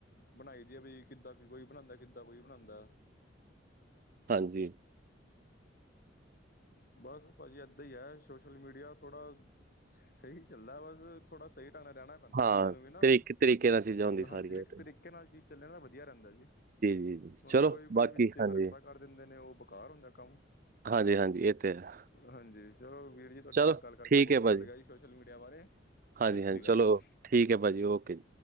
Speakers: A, on the left; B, on the right.
A: ਬਣਾਈ ਦੀ ਆ ਬਈ, ਕਿੱਦਾਂ ਕੋਈ ਬਣਾਉਂਦਾ, ਕਿੱਦਾਂ ਕੋਈ ਬਣਾਉਂਦਾ
B: ਹਾਂਜੀ
A: ਬਸ ਭਾਜੀ ਏਦਾਂ ਹੀ ਹੈ, ਸੋਸ਼ਲ ਮੀਡੀਆ ਥੋੜ੍ਹਾ ਸਹੀ ਚੱਲਦਾ ਬਸ, ਥੋੜ੍ਹਾ ਸਹੀ ਢੰਗ ਨਾਲ ਰਹਿਣਾ ਬੰਦਾ
B: ਹਾਂ,
A: ਬੰਦਿਆਂ ਨੂੰ ਵੀ ਨਾ
B: ਤਰੀਕ ਤਰੀਕੇ ਨਾਲ ਚੀਜ਼ਾਂ ਹੁੰਦੀ ਸਾਰੀਆਂ
A: ਹਾਂਜੀ, ਇੱਕ
B: ਇਹ ਤੇ,
A: ਤਰੀਕੇ
B: ਹੈ।
A: ਨਾਲ ਚੀਜ਼ ਚੱਲੇ ਤਾਂ ਵਧੀਆ ਰਹਿੰਦਾ ਜੀ।
B: ਜੀ, ਜੀ,
A: ਹੁਣ
B: ਚਲੋ
A: ਕੋਈ-ਕੋਈ
B: ਬਾਕੀ
A: ਵਿੱਚ
B: ਹਾਂਜੀ,
A: ਹਰਕਤਾਂ ਕਰ ਦਿੰਦੇ ਨੇ ਉਹ ਬੇਕਾਰ ਹੁੰਦਾ ਕੰਮ।
B: ਹਾਂਜੀ-ਹਾਂਜੀ ਇਹ ਤੇ ਹੈ।
A: ਹਾਂਜੀ, ਚਲੋ ਵੀਰ ਜੀ ਤੁਹਾਡੇ ਨਾਲ
B: ਚਲੋ
A: ਗੱਲ ਕਰਕੇ
B: ਠੀਕ
A: ਬਹੁਤ
B: ਹੈ
A: ਅੱਛਾ
B: ਭਾਜੀ,
A: ਲੱਗਿਆ ਜੀ ਸੋਸ਼ਲ ਮੀਡੀਆ ਬਾਰੇ ਸਤਿ
B: ਹਾਂਜੀ-ਹਾਂਜੀ,
A: ਸ੍ਰੀ ਅਕਾਲ
B: ਚਲੋ
A: ਜੀ‌।
B: ਠੀਕ ਹੈ ਭਾਜੀ ਓਕੇ।